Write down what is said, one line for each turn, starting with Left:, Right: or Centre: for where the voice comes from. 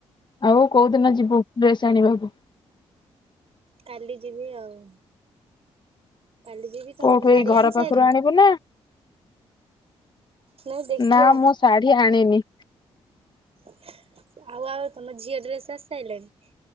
Left: ଆଉ କୋଉ ଦିନ ଯିବୁ ଡ୍ରେସ୍ ଆଣିବାକୁ?
Right: କାଲି ଯିବି ଆଉ। କାଲି ଯିବି ତମେ
Left: କୋଉଠୁ
Right: ଶାଢୀ
Left: ଏଇ ଘର
Right: ଆଣି
Left: ପାଖରୁ
Right: ସାଇଲଣି?
Left: ଆଣିବୁ ନା?
Right: ନାଇଁ ଦେଖିବା।
Left: ନା ମୁଁ ଶାଢ଼ୀ ଆଣିନି।
Right: ଆଉ ଆଉ ତମ ଝିଅ ଡ୍ରେସ୍ ଆସି ସାରିଲାଣି?